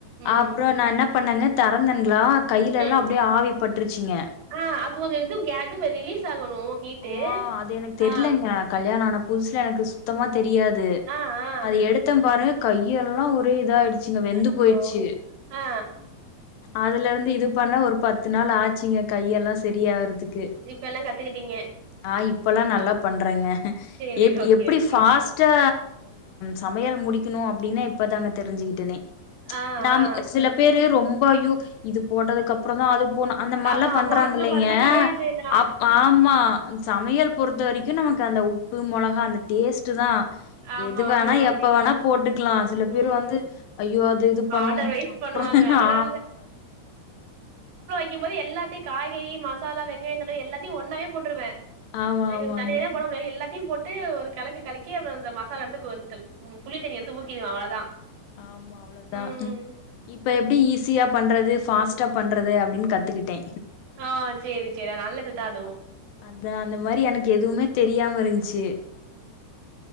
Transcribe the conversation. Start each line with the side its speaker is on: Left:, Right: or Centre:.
Right: ம்
Left: அப்றோ நா என்னா பண்ணங்க தெறந்தன்களா கைலெல்லா
Right: ம்
Left: அப்டியே ஆவி பட்ருச்சிங்க
Right: ஆ அது ஒரு இது க அது ரிலீஸ் ஆகணு ஹீட்டு
Left: ஆ அது எனக் தெர்லங்க
Right: ஆ
Left: கல்யாண ஆன புதுசுல எனக்கு சுத்தமா தெரியாது
Right: ஆ ஆ
Left: அது எடுத்த பாருங்க கையெல்லா ஒரே இதாயிடு ச்சிங்க வெந்து
Right: அச்சோ
Left: போய்ட்ச்சு
Right: ஆ
Left: அதுல இருந்து இது பண்ண ஒரு பத்து நாள் ஆச்சிங்க கையெல்லா செரியாறதுக்கு
Right: இப்ப எல்லா கத்துக்கிட்டீங்க
Left: ஆ இப்பல்லா நல்லா பண்றங்க
Right: சேரி
Left: எப்
Right: ஓகே
Left: எப்டி
Right: ஓகே
Left: ஃபாஸ் ட்டா சமையல் முடிக்கணு அப்டின்னா இப்பதாங்க தெரிஞ்சுக்கிட்டனே
Right: ஆ
Left: நம்
Right: ஆ
Left: சில பேரு ரொம்ப ஐயோ இது போட்டதுக்கப்புற தா அது போனு அந்த மார்லா
Right: ஆமா
Left: பண்றாங்
Right: ஆமா அந்த
Left: இல்லைங்க
Right: மாரிலா கெடையாதுதா
Left: அப் ஆமா சமையல் பொறுத்த வரைக்கு நமக்கு அந்த உப்பு மொளகா அந்த டேஸ்ட்டு தா
Right: ஆமா
Left: எது வேணா
Right: ஆமா கண்டிப்பா
Left: எப்ப வேணா போட்டுக்லா சில
Right: ம்
Left: பேர் வந்து ஐயோ அது இது பண்ணு
Right: ஆர்டர் வைஸ்
Left: ஆமா
Right: பண்ணுவாங்க அதெல்லா வக்கிகும்போது எல்லாத்தி காய்கறி மசாலா வெங்காய தக்காளி எல்லாத்தி ஒன்னாவே போட்டுருவே
Left: ஆமா
Right: எனக்
Left: ஆமாங்க
Right: தனியாவே போட புடிக்காது எல்லாத்தியு போட்டு ஒரு கலக்கு கலக்கி அந்த மசாலா எடுத்து புளி தண்ணி எடுத்து ஊத்திடுவே அவ்ளோதா
Left: ஆமா அவ்ளோதா
Right: ம்
Left: இப்ப எப்டி ஈஸியா பண்றது ஃபாஸ்டா பண்றது அப்டின் கத்துக்கிட்டே
Right: ஆ செரி செரி நல்லது
Left: அந்த
Right: தா அதுவு
Left: மாரி அதா அந்த மாரி எனக்கு எதுமே தெரியாம இருன்ச்சி